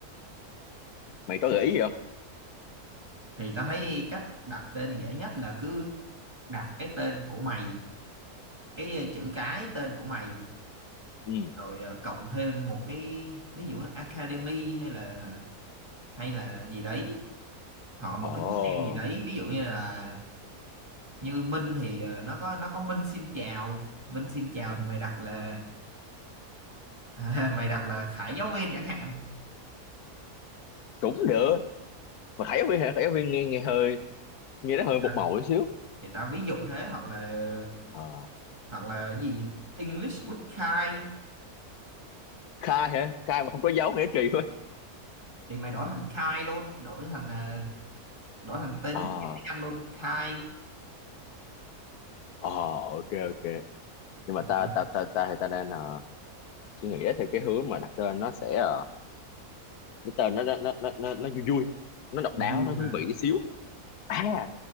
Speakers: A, on the left; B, on the right.
A: mày có gợi ý gì không
B: thì tao thấy cách đặt tên dễ nhất là cứ đặt cái tên của mày cái ờ, chữ cái tên của mày
A: ừ
B: rồi ờ, cộng thêm một cái ví dụ academy hay là hay là gì đấy hoặc là một
A: ờ
B: cái nickname gì đấy ví dụ như là như Minh thì ờ, nó có nó có Minh xin chào Minh xin chào thì mày đặt là <laughs> mày đặt là Khải giáo viên chẳng hạn
A: cũng được mà khải viên hả khải viên nghe nghe hơi nghe nó
B: ừ
A: hơi một màu một xíu
B: thì tao ví dụ thế hoặc là
A: ờ
B: hoặc là cái gì English with Kai
A: khai hả khai mà không có dấu nghĩa trì thôi
B: thì mày đổi thành Kai luôn đổi thành ờ, đổi thành tên
A: ờ
B: nick tiếng Anh luôn Kai
A: ờ ok ok nhưng mà
B: à,
A: ta ta ta ta thì ta đang ờ, suy nghĩ theo cái hướng mà đặt tên nó sẽ ờ, cái tên nó nó nó nó nó nó vui vui nó độc
B: vui
A: đáo nó thú
B: hả
A: vị tí xíu à